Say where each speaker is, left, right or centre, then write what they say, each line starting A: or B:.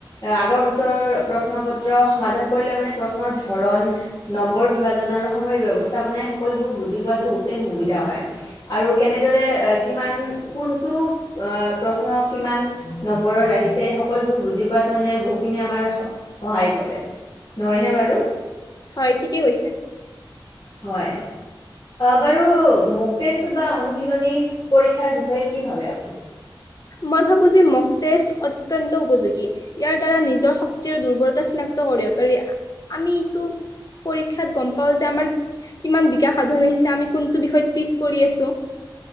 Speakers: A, on the left; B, on the left.
A: আগৰ বছৰৰ প্ৰশ্ন পত্ৰ সমাধান কৰিলে মানে প্ৰশ্নৰ ধৰণ নম্বৰ বিভাজন আৰু সময় ব্যৱস্থা বনাই সকলোবোৰ বুজি পোৱাত বহুতে সুবিধা হয়, আৰু কেনেদৰে কিমান কোনটো আহ প্ৰশ্ন কিমান নম্বৰৰ আহিছে সকলোবোৰ বুজি পোৱাত মানে বহুতখিনিয়ি আমাৰ সহায় কৰে, নহয়নে বাৰু?
B: হয় ঠিকেই কৈছে
A: হয় বাৰু মগ টেষ্ট বা অনুশীলনী পৰীক্ষাৰ বিষয়ে কি ভাবে আপুনি
B: মই ভাবো যে মগ টেজ অত্যয়ন্ত উপযোগী, ইয়াৰ দ্বাৰা নিজৰ শক্তিৰ দুৰ্বলতা চিনাক্ত কৰিব পাৰি, আমি এইটো পৰীক্ষাত গম পাও যে আমাৰ কিমান বিকাশ সাধন হৈছে আমি কোনটো বিষয়ত পিছ পৰি আছো